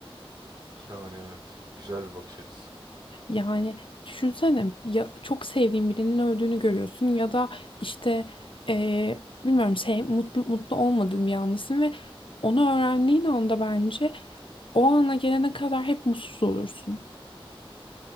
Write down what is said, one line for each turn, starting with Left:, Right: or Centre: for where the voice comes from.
Right: Yani evet. Güzel bir bakış açısı.
Left: Yani düşünsene ya çok sevdiğin birinin öldüğünü görüyorsun ya da işte ee, bilmiyorum sev, mutlu, mutlu olmadığın bir anlısın ve onu öğrendiğin anda bence O ana gelene kadar hep mutsuz olursun.